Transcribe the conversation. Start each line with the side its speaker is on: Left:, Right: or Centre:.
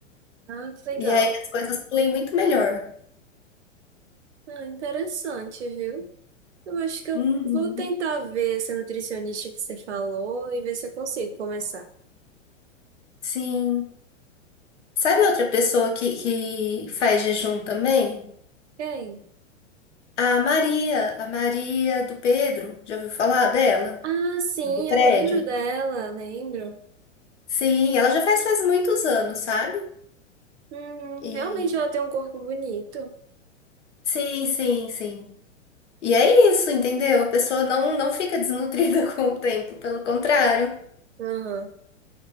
Right: Ah, que legal.
Left: E aí as coisas fluem muito melhor.
Right: Ah, interessante, viu? Eu acho que eu
Left: Uhum.
Right: vou tentar ver essa nutricionista que você falou e ver se eu consigo começar.
Left: Sim. Sabe outra pessoa que, que faz jejum também?
Right: Quem?
Left: A Maria, a Maria do Pedro. Já ouviu falar dela?
Right: Ah, sim,
Left: Do prédio?
Right: eu lembro dela, lembro.
Left: Sim, ela já faz faz muitos anos, sabe?
Right: Hum,
Left: E
Right: realmente ela tem um corpo bonito.
Left: sim, sim, sim. E é isso, entendeu? A pessoa não, não fica desnutrida <laughs> com o tempo, pelo contrário.
Right: Aham,